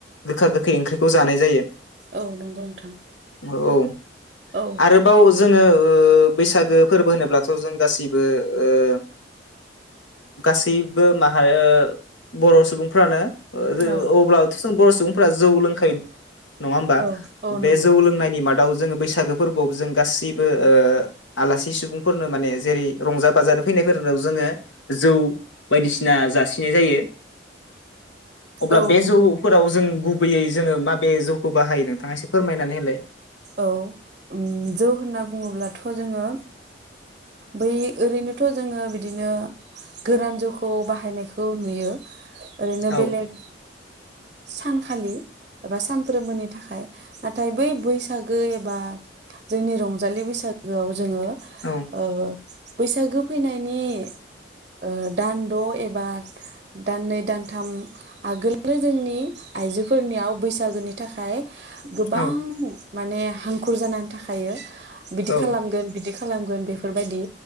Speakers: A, on the left; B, on the right.
A: गोखा गोख गोखै ओंख्रिखौ जानाय जायो।
B: औ नंगौ नोंथां
A: औ
B: औ
A: आरोबाव जोंङो ओ। बैसागो फोरबो होनोब्ला। स' जों गासैबो ओ गासैबो माहा ओ बर' सुबुंफ्रानो। ओ जेरै
B: औ
A: अब्लाबोथ' जों। बर' सुबुंफोरा जौ लोंखायो। नङा ओमबा
B: औ औ
A: बे
B: नंगौ
A: जौ लोंनायनि मादाव जोङो बैसागो फोरबोआव जों गासैबो ओ आलासि सुबुं। फोरनो माने जेरै रंजा बाजानो फैनायफोरनो जोंङो जौ बायदिसिना जासिनाय जायो। अब्ला
B: औ
A: बे
B: नंगौ
A: जौफोराव जों गु गुबैयै जोङो माबे जौखौ बाहायो नोंथाङा एसे फोरमायनानै होलाय?
B: औ ओम जौ होनना बुङोब्लाथ' जोङो बै ओरैनोथ' जोङो बिदिनो गोरान जौखौ बाहायनायखौ नुयो ओरैनो बेलेग
A: औ
B: सानखालि एबा सानफ्रोमबोनि थाखाय नाथाय बै बैसागो एबा जोंनि रंजालि बैसागोयाव जोङो
A: औ
B: ओ बैसागो फैनायनि ओ दानद' एबा दाननै दानथाम आगोलनो जोंनि आइजोफोरनियाव बैसागोनि थाखाय गोबां
A: औ
B: माने हांखुर जानानै थाखायो बिदि
A: औ
B: खालामगोन बिदि बिदि खालामगोन बेफोरबायदि